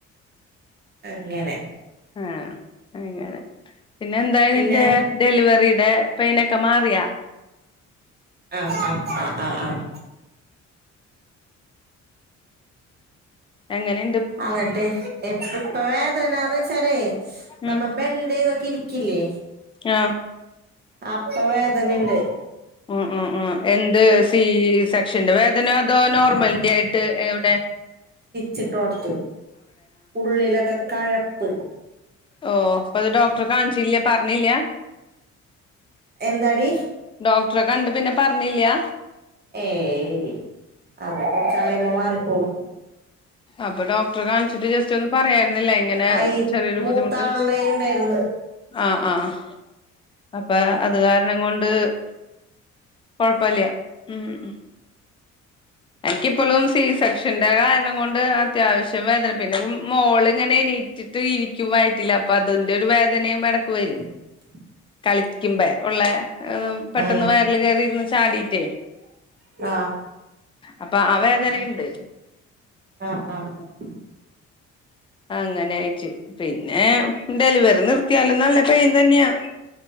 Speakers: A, on the right; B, on the left.
A: അങ്ങനെ.
B: ഉം അങ്ങനെ പിന്നെ എന്തായി
A: പിന്നെ
B: നിന്റെ. ഡെലിവറീടെ പെയ്നൊക്കെ മാറിയോ?
A: ആഹ് അം ആഹ് ആഹ് ആഹ്.
B: എങ്ങനെ.
A: അന്നിട്ട് ഇപ്പ ഇപ്പ വേദനാന്ന് വച്ചാലേ.
B: ഉം
A: നമ്മ ബെൻ്റൈതൊക്കെ ഇരിക്കില്ലേ.
B: ആഹ്.
A: അപ്പ വേദനയ്ണ്ട്.
B: ഊം ഊം ഊം. എന്ത് സി സെക്ഷന്റെ വേദന അതോ നോർമൽന്റെ ആയിട്ട് എവ്ടെ?
A: ചിട്ടോടത്ത് ഉള്ളിലൊക്കെ കഴപ്പ്.
B: ഓ അപ്പൊ അത് ഡോക്ട്റെ കാൺച്ചില്ല്യാ പർഞ്ഞില്ല.
A: എന്താടി
B: ഡോക്ടറെ കണ്ട് പിന്നെ പർഞില്ല്യാ?
A: ഏയ് അത് കൊർച്ചാള്യ്യുമ്പോ മാറിക്കോളും.
B: അപ്പൊ ഡോക്ട്രെ കാണിച്ചിട്ട് ജസ് റ്റൊന്നു പറയായ്രുന്നില്ലേ ഇങ്ങനെ
A: ആയി
B: ചെറിയൊരു
A: മൂത്താളുടെ
B: ബുദ്ധിമുട്ട്.
A: ഉണ്ടായിരുന്നു
B: ആഹ് ആഹ് അപ്പ അത് കാരണം കൊണ്ട്. കൊഴപ്പല്ല്യാ ഉം ഉം. എൻക്കിപ്പളും സി സെക്ഷന്റെ കാരണം കൊണ്ട് അത്യാവശ്യം വേദന. പിന്നെ മോള് ഇങ്ങനെ എണീറ്റിട്ട് ഇരിക്കും വയറ്റില് അപ്പൊ അതിന്റൊരു വേദനയും എടക്ക് വരും.
A: <inaudible>
B: കളിക്കുമ്പെ ഒള്ളെ പെട്ടെന്ന്
A: ഉം
B: വയർല് കേറിയിരുന്ന് ചാടിട്ടേ.
A: ആഹ്.
B: അപ്പ ആഹ് വേദനഇണ്ട്.
A: ആഹ് ആഹ് ആഹ്
B: അങ്ങനെആയിട്ട് പിന്നെ ഡെലിവറി നിർത്തിയാലും നല്ല പെയിൻ തന്നെയാ